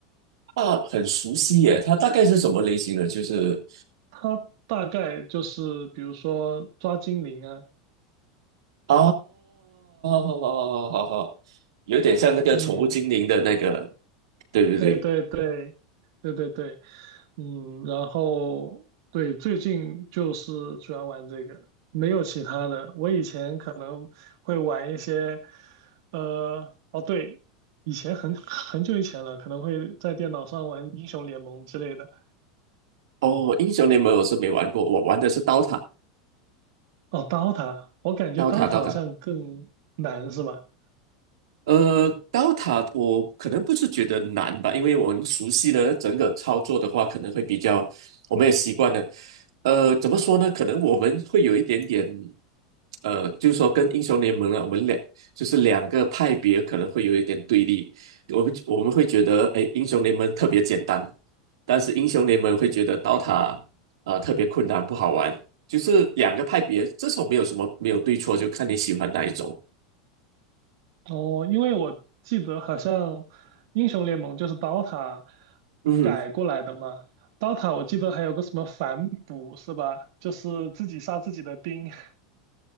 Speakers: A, on the right; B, on the right.
A: 啊，很熟悉耶，它大概是什么类型的？就是
B: 它大概就是比如说抓精灵啊，
A: 哦，好好好好好，有点像那个宠物精灵的那个，
B: 嗯，
A: 对对对。
B: 对对对对对对，嗯，然后对，最近就是主要玩这个，没有其他的。我以前可能会玩一些，呃，哦对，以前很很久以前了，可能会在电脑上玩英雄联盟之类的。
A: 哦，英雄联盟我是没玩过，我玩的是刀塔，
B: 哦，DOTA，我感觉
A: 刀塔，
B: DOTA
A: 刀塔。
B: 好像更难是吧？
A: 呃，Dota 我可能不是觉得难吧，因为我们熟悉的整个操作的话，可能会比较，我们也习惯了。呃，怎么说呢？可能我们会有一点点，呃，就是说跟英雄联盟呢，我们两就是两个派别可能会有一点对立。我会我们会觉得，哎，英雄联盟特别简单，但是英雄联盟会觉得 Dota 呃特别困难，不好玩。就是两个派别，这种没有什么没有对错，就看你喜欢哪一种。
B: 哦，因为我记得好像英雄联盟就是 DOTA
A: 嗯哼
B: 改过来的嘛，DOTA 我记得还有个什么反哺是吧？就是自己杀自己的兵。<laughs>